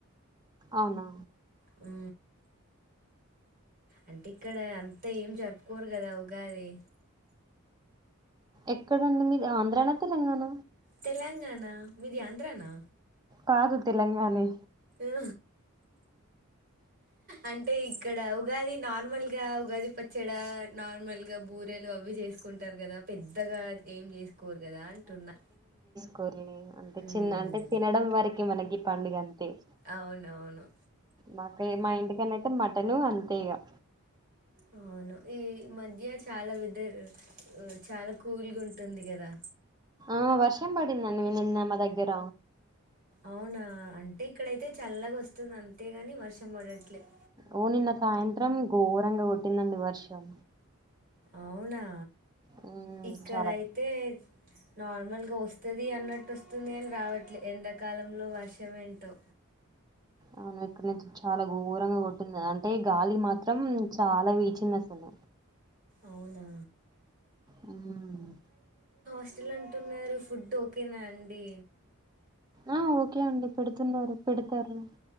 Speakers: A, on the right; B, on the right.
A: అవునా
B: హు అంటే ఇక్కడ అంతా ఏం జరుపుకోరు కదా ఉగాది
A: ఎక్కడండి మీది ఆంధ్రానా తెలంగాణ
B: తెలంగాణ మీది ఆంధ్రానా
A: కాదు తెలంగానే
B: ఆ అంటే ఇక్కడ ఉగాది నార్మల్ గా ఉగాది పచ్చడా నార్మల్ గా బూరెలు అవి చే చేసుకుంటారు కదా పెద్దగా ఏం చేసుకోరు కదా అంటున్నా
A: కోరిని అంటే
B: హ్మ్.
A: చిన్న అంటే తినడం వారికి మనకి పండుగ అంత అ
B: అవునవును.
A: మాకు మా ఇంటికని అయితే మట్ కట్టలు అంతే ఇగా
B: ఆ ఈ మధ్య చాలా వెదర్ చాలా కూల్గా ఉంటుంది కదా
A: ఆ వర్షం పడిందండి నిన్న మా దగ్గర
B: అవునా అంటే ఇక్కడైతే చల్లగా వస్తుంది అంతేగాని వర్షం పడట్లేదు
A: ఓ నిన్న సాయంత్రం ఘోరంగా కొట్టిందండి వర్షం
B: అవునా
A: హ్మ్.
B: ఇక్కడయితే
A: చాలా.
B: నార్మల్గా వస్తుంది అన్నట్టు వస్తుంది అని రావట్లే ఎండాకాలంలో వర్షం ఏంటో
A: అవును ఇక్కడ చాలా ఘోరంగా కొట్ంది అంటే గాలి మాత్రం చాలా వీచింది అసలు
B: అవునా
A: హ్మ్.
B: హస్టల్ అంటున్నారు ఫుడ్ ఓకేనా అండి
A: ఆ ఓకే అండి పెడుతున్నారు పెడతారు